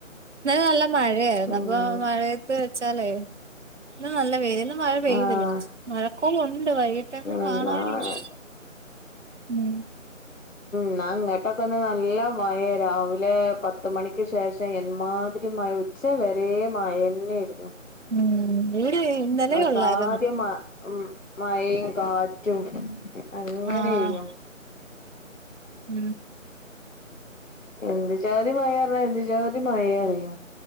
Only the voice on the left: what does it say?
ഉം ഉം
ആഹ്
എന്നാ
ഇന്നാ ഇങ്ങട്ടൊക്കെ ഇന്ന് നല്ല മഴേ രാവിലെ പത്ത് മണിക്ക് ശേഷം എമ്മാതിരി മഴേ ഉച്ച് ഉച്ച വെരെ മയന്നെ ആയിരുന്നു
അസാധ്യ
മ ഉം മഴയും കാറ്റും അങ്ങനേയ്നു
എന്ത് ജാതി മഴേറ്ഞ്ഞാ എന്ത് ജാതി മഴേ അറിയോ